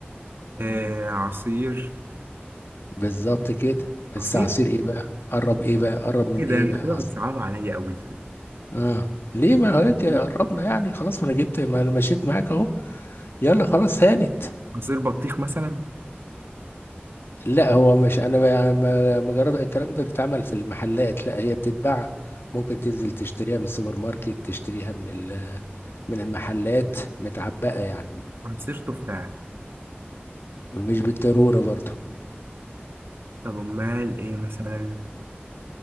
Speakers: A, on the right; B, on the left.
A: <laughs> آه عصير
B: بالظبط كده بس
A: عصير؟
B: عصير ايه بقى قرب ايه بقى قرب من
A: إيه
B: ايه
A: ده أنت
B: بقى
A: كده
B: اصلا
A: بتصعبها عليا أوي
B: اه ليه ما هو هيك
A: عصير
B: قربنا يعني خلاص ما انا جبت ما انا مشيت معاك اهو يلا خلاص هانت
A: عصير بطيخ مثلا
B: لا هو مش انا بقى- ما يعني ما جرب الكلام ده بيتعمل في المحلات لا هي بتتباع ممكن تنزل تشتريها من السوبر ماركت تشتريها من ال- من المحلات متعبئة يعني
A: عصير تفاح
B: مش بالضرورة برضو
A: طب امال ايه مثلا